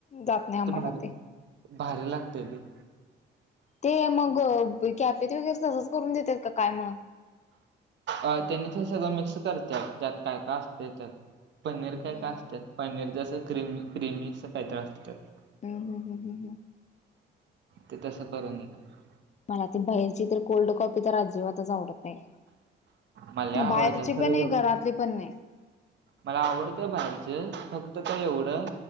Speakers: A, on the left (about 35°); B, on the right (about 65°).
A: जात नाही
B: कीती
A: आम्हाला
B: भारी
A: ते
B: भारी लागतंय ते.
A: ते मग कॅफेत वगैरे तसंच करून देतात का काय मग.
B: अ तेनी ते सगळं मिक्स करत्यात त्यात काय काय असतंय त्यात. पनीर काय
A: हम्म
B: काय असतात पनीरचं असं क्रिमी- क्रिमी असं काहीतरी असतंय त्यात.
A: हम्म हम्म हम्म हम्म.
B: ते तसं करून देतात.
A: मला ती बाहेरची तर कोल्ड कॉपी तर अजिबातच आवडत नाही.
B: मला लय आवडतं
A: बाहेरची
B: खरं
A: पण नाही,
B: एव
A: घरातली पण नाही.
B: मला आवडत्या बाहेरची फक्त काय एवढं